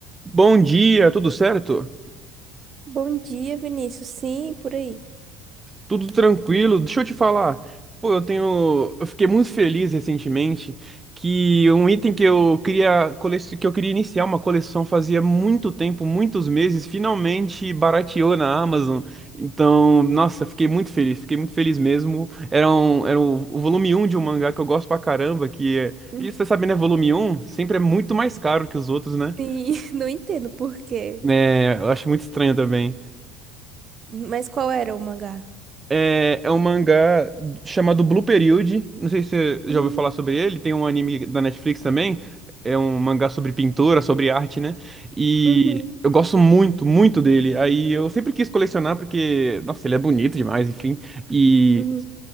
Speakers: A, on the right; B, on the right.
A: Bom dia, tudo certo?
B: Bom dia, Vinícius. Sim, por aí.
A: Tudo tranquilo? Deixa eu te falar. Pô, eu tenho, eu fiquei muito feliz recentemente que um item que eu queria cole... que eu queria iniciar uma coleção fazia muito tempo, muitos meses, finalmente barateou na Amazon. Então, nossa, fiquei muito feliz, fiquei muito feliz mesmo. Era um, era o o volume um de um mangá que eu gosto pra caramba, que é,
B: Uhum.
A: que você sabe, né, volume um sempre é muito mais caro que os outros, né?
B: Sim, <laughs> não entendo por quê.
A: É, eu acho muito estranho também.
B: Mas qual era o mangá?
A: É, é um mangá chamado Blue Period. Não sei se você já
B: Hum,
A: ouviu falar sobre ele. Tem um anime da Netflix também. É um mangá sobre pintura, sobre arte, né? E
B: uhum,
A: eu gosto muito, muito dele. Aí eu sempre quis colecionar porque, nossa, ele é bonito demais, enfim. E,
B: uhum.